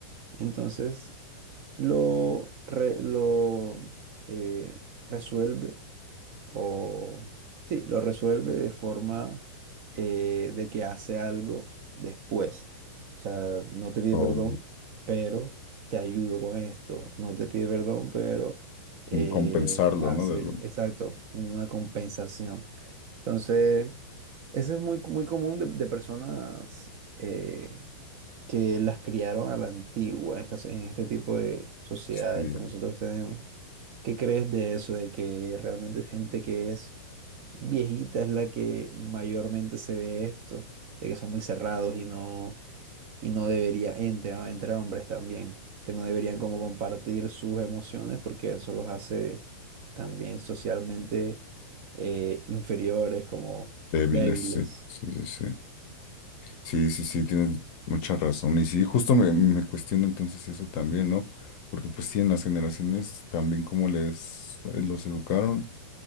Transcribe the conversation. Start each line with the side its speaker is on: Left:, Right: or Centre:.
Right: Entonces, lo, re- lo eh, resuelve o sí, lo resuelve de forma eh, de que hace algo después. O sea, no te pide
Left: o
Right: perdón, pero te ayudo con esto. No te pide perdón, pero eh,
Left: como compensarlo,
Right: hace,
Left: ¿no? De algún,
Right: exacto, una compensación. Entonces, eso es muy, muy común de, de personas eh, que las criaron a la antigua, en estas, en este tipo de sociedades
Left: sí,
Right: que nosotros tenemos. ¿Qué crees de eso, de que realmente es gente que es viejita es la que mayormente se ve esto, de que son muy cerrados y no, y no debería, entre, entre hombres también, que no deberían como compartir sus emociones porque eso los hace también socialmente eh, inferiores, como
Left: débiles,
Right: débiles.
Left: sí, sí, sí, sí. Sí, sí, sí, tienes mucha razón. Y sí, justo me, me cuestiono entonces eso también, ¿no? Porque pues sí, en las generaciones también como les eh, los educaron.